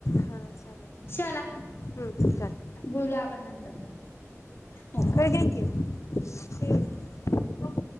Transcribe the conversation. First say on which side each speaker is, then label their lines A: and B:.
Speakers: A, on the left; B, on the left.
A: हा चालेल
B: चला
A: हम् चालेल
B: बोलू आपण नंतर हो
A: चालेल ख ते